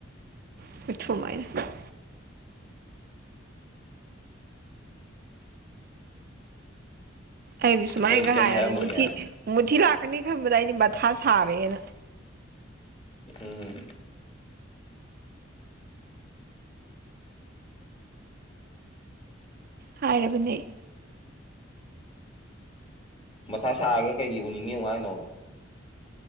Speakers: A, on the right; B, on the left.
A: <unintelligible> ꯑꯩꯗꯤ ꯁꯨꯃꯥꯏꯅꯒ
B: ꯃꯣꯏꯗꯤ ꯀꯩꯝ
A: ꯍꯥꯏꯔꯅꯤ
B: ꯍꯥꯏꯔꯝꯃꯣꯏꯅꯦ
A: ꯃꯨꯊꯤ ꯃꯨꯊꯤ ꯂꯥꯛꯀꯅꯤ ꯈꯟꯕꯗ ꯑꯩꯗꯤ ꯃꯊꯥ ꯁꯥꯔꯦꯅ
B: ꯎꯝ
A: ꯍꯥꯏꯔꯕꯅꯦ ꯑꯩ
B: ꯃꯊꯥ ꯁꯥꯔꯒ ꯀꯩꯒꯤ ꯎꯅꯤꯡꯉꯦ ꯑꯃꯨꯛ ꯍꯥꯏꯅꯣꯕ